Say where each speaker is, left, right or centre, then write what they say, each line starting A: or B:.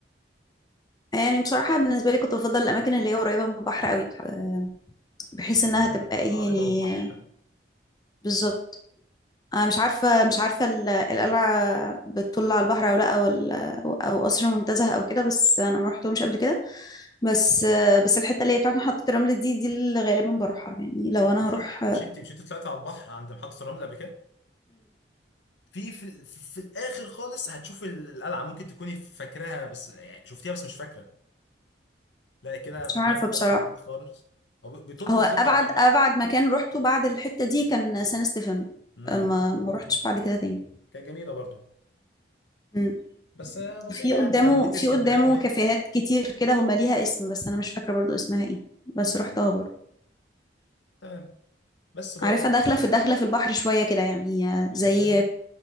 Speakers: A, on the left; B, on the left.
A: يعني بصراحه بالنسبه لي كنت بفضل الاماكن اللي هي قريبه من البحر قوي بح- بحيث انها تبقى
B: كلها
A: ايه
B: قريبه
A: يعني
B: من البحر
A: بالظبط انا مش عارفه مش عارفه ال- القلعه بتطل على البحر او لا او ال- او أو قصر منتزه او كده بس انا ما رحتهمش قبل كده بس آه، بس الحته اللي هي بتاعت محطه الرمل دي دي اللي غالبا بروحها يعني لو
B: م-
A: انا
B: محط...
A: هروح
B: مش انت مش انت طلعت على البحر عند محطه الرمل قبل كده في في, ال- في في الاخر خالص هتشوف القلعه ممكن تكوني فاكراها بس يعني شفتيها بس مش فاكره لا كده
A: مش عارفة
B: مبنى
A: بصراحة
B: في البيت خالص هو بي- بيطل
A: هو
B: بالظبط
A: أبعد
B: على البحر
A: أبعد مكان روحته بعد الحتة دي كان سان ستيفانو
B: امم
A: ما ما روحتش بعد كده تاني
B: كانت جميله برضو
A: مم.
B: بس آه، بسيطه
A: في قدامه
B: يعني لو جيت
A: في
B: اسكندريه
A: قدامه
B: قريب
A: كافيهات كتير كده هما ليها اسم بس أنا مش فاكرة برضو اسمها ايه بس
B: مم.
A: روحتها برضو
B: تمام بس برضه
A: عارفة داخلة
B: يعني
A: في داخلة في البحر شوية كده يعني آه،
B: الكافيهات
A: زي
B: دي